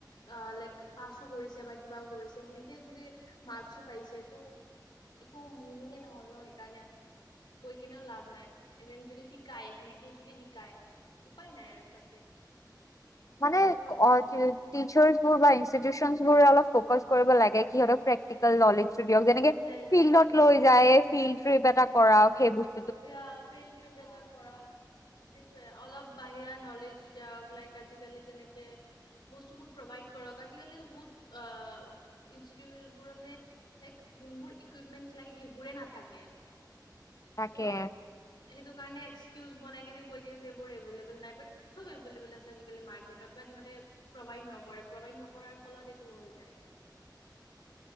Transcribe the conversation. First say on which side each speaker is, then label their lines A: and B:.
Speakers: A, on the left; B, on the left.
A: অ লাইক পাছো কৰিছে বা কিবাও কৰিছে সেনেকে যদি মাৰ্কচো পাইছে ত একো মিনিঙে নহল ন সেইকাৰণে কৈ কেনেও লাভ নাই ইভেন যদি শিকাই সেনেকে যদি শিকাই উপায় নাই আৰু তাতে
B: মানে অ
A: অলপ
B: টিচাৰবোৰ বা ইনষ্টিটিউশ্যনবোৰ অলপ ফকাচ কৰিব লাগে কি সিহঁতক প্ৰেক্টিকেল নলেজ যেনেকে
A: একজেক্টলি
B: ফিল্ডত
A: প্ৰেক্টিকেল
B: লৈ
A: নলেজ
B: যায় ফিল্ড ট্ৰিপ এটা কৰাওক সেইবোৰ
A: এ ফিল্ড ট্ৰিপ এটা কৰা সেইটোৱে অলপ বাহিৰা নলেজ যাওক লাইক আজিকালি যেনেকৈ বস্তুবোৰ প্ৰভাইদ কৰক আজিকালি ত বহুত আ ইনষ্টিটিউটবোৰ মানে লাইক যোনবোৰ ইকোইপমেণ্ট লাগে সেইবোৰ নাথাকে
B: তাকে
A: ত' সেইটো কাৰণে এক্সকিউজ বনাই কিনে কৈ দিয়ে যে এইবোৰ এভলেবল নাই বাট চব এভলেবল আছে আজাকালি মাৰ্কেটত বাট প্ৰভাইড নকৰে প্ৰভাইড নকৰাৰ ফলত এইটো হৈ যায়